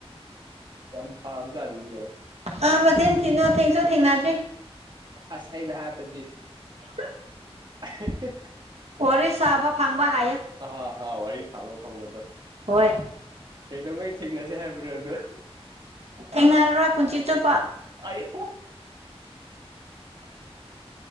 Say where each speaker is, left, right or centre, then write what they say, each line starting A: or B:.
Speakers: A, on the right (about 45°); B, on the right (about 85°).
A: ꯌꯥꯝ ꯐꯥꯎꯖꯔꯃꯤꯅꯦ
B: ꯑ ꯃ ꯃꯇꯦꯟ ꯊꯤ ꯅꯣ ꯊꯦꯡꯁꯨ ꯊꯦꯡꯅꯗ꯭ꯔꯤ
A: ꯑꯁ ꯑꯩꯍ ꯍꯥꯄ
B: <unintelligible>
A: ꯁ
B: ꯍꯣꯔ ꯁꯥꯕ ꯐꯪꯕ ꯍꯥꯏꯌ
A: ꯍꯥ ꯍꯥꯎ ꯋꯥꯔꯤ ꯋꯥꯔꯤ ꯁꯔꯣ ꯐꯥꯎ ꯃꯗꯣ
B: ꯍꯣꯏ
A: ꯀꯩꯗꯧꯉꯩ ꯊꯦꯡꯅꯁꯦ ꯍꯥꯏꯕꯅꯣ ꯑꯗꯣ
B: ꯊꯦꯡꯅꯔꯔꯣꯏ ꯄꯨꯟꯁꯤ ꯆꯨꯞꯄ
A: ꯑꯌ